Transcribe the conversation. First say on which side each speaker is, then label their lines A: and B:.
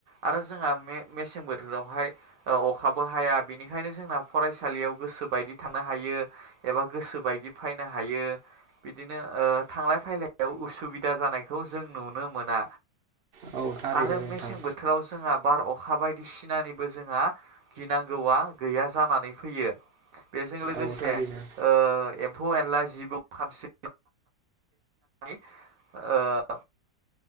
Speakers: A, on the right; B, on the right.
A: आरो जोंहा मे-मेसें बोथोरावहाय अखाबो हाया बेनिखायनो जोंना फरायसालियाव गोसोबायदि थांनो हायो एबा गो सो बायदि फैनो हायो बिदिनो ओ थांलाय फैलायाव उसुबिदा जानायखौ जों नुनो मोना
B: औ थारैनो
A: आरो
B: नोंथां
A: मेसें बोथोराव जोंहा बार अखा बायदिसिनानिबो जोंहा गिनांगौआ गैया जानानै फैयो। बेजों लोगोसे
B: औ थारैनो
A: ओ ए म्फौ एनला जिबौ खानस्रि <unintelligible> ओ